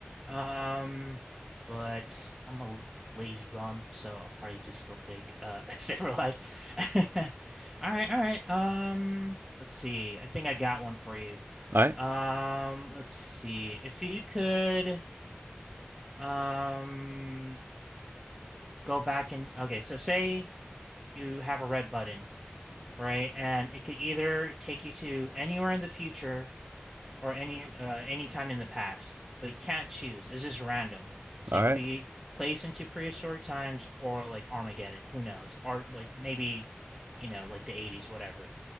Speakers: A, in the centre; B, on the right.
A: Um, but I'm a l- lazy bum, so I'll probably just still pick uh <laughs> Sailor Life. <laughs> All right, all right. Um, let's see. I think I got one for you.
B: All right,
A: Um, let's see. If you could um go back and okay, so say you have a red button, right? And it could either take you to anywhere in the future or any uh any time in the past, but you can't choose. It's just random. So
B: all
A: you
B: right.
A: could be placed into prehistoric times or like Armageddon, who knows? Or like maybe, you know, like the 80s, whatever.